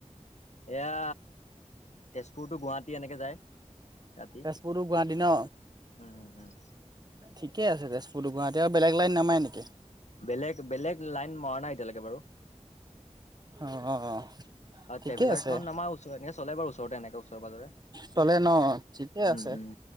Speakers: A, on the left; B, on the right.
A: এয়া তেজপুৰতটো গুৱাহাটী এনেকে যায়। ৰাতি
B: তেজপুৰো গুৱাহাটী ন
A: উম উম উম
B: ঠিকে আছে তেজপুৰ সুু গুৱাহাটী আৰু বেলেগ লাইন নামাই নেকি
A: বেলেগ বেলেগ লাইন মৰা নাই এতিয়ালৈকে বাৰু।
B: অ, অ, অ
A: অ
B: ঠিকে
A: ট্ৰেভেলাৰ
B: আছে
A: এখন আমাৰ ওচ এনে চলে বাৰু ওচৰতে এনেকে ওচৰে পাজৰে
B: চলে ন ঠিকে
A: উম
B: আছে
A: উম